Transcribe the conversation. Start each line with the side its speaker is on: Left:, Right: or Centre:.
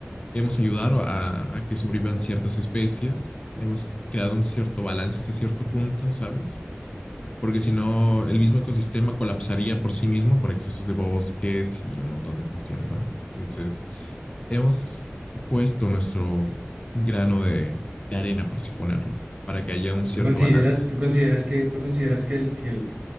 Left: Hemos ayudado a, a que sobrevivan ciertas especies, hemos creado un cierto balance hasta cierto punto, ¿sabes? Porque si no, el mismo ecosistema colapsaría por sí mismo por excesos de bosques y un montón de cuestiones más. Entonces, hemos puesto nuestro grano de, de arena, por así ponerlo, para que haya un cierto
Right: ¿Tú consideras,
Left: balance.
Right: tú consideras que, tú consideras que el, que el,